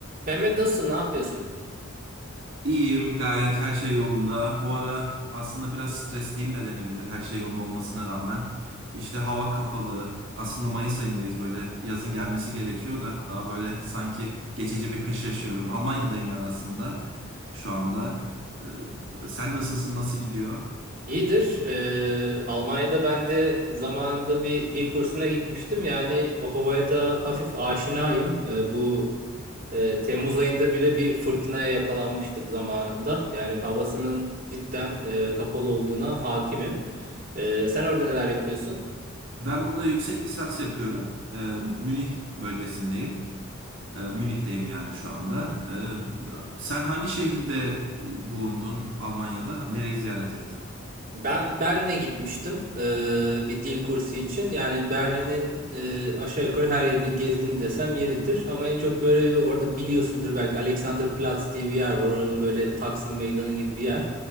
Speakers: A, on the right; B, on the right.
A: Mehmet nasılsın? Ne yapıyorsun?
B: İyiyim, gayet her şey yolunda. Bu ara aslında biraz stresliyim de denebilir her şey yolunda olmasına rağmen. İşte hava kapalı. Aslında Mayıs ayındayız böyle. Yazın gelmesi gerekiyor da daha böyle sanki geçici bir kış yaşıyorum. Almanya'dayım ben aslında şu anda. Ee, sen nasılsın, nasıl gidiyor?
A: İyidir. Ee, Almanya'da ben de zamanında bir dil kursuna gitmiştim. Yani o havaya da hafif aşinayım. Ee, bu e, Temmuz ayında bile bir fırtınaya yakalanmıştık zamanında. Yani havasının cidden e, kapalı olduğuna hakimim. Ee, sen orada neler yapıyorsun?
B: Ben burada yüksek lisans yapıyorum. Ee, Münih bölgesindeyim. Ee, Münih'teyim yani şu anda. Ee, sen hangi şehirde bulundun Almanya'da? Nereyi ziyaret ettin?
A: Ben Berlin'e gitmiştim eee, bir dil kursu için. Yani Berlin'in eee, aşağı yukarı her yerini gezdim desem yeridir. Ama en çok böyle bir orada biliyorsundur belki Alexanderplatz diye bir yer var. Oranın böyle Taksim Meydanı gibi bir yer.